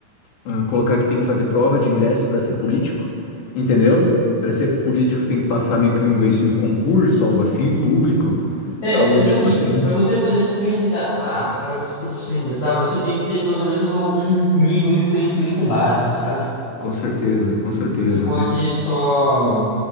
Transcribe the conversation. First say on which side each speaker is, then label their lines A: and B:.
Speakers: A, on the left (about 85°); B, on the left (about 45°).
A: eh, eh, colocar que tem que fazer prova de ingresso para ser político, entendeu? Para ser político tem que passar meio que um vez em um concurso, algo assim, público,
B: É,
A: algo
B: tipo
A: do tipo
B: assim,
A: assim.
B: para você poder se candidatar, para você poder se candidatar, você tem que ter pelo menos algum nível de conhecimento básico, sabe?
A: Com certeza, com certeza.
B: Não pode só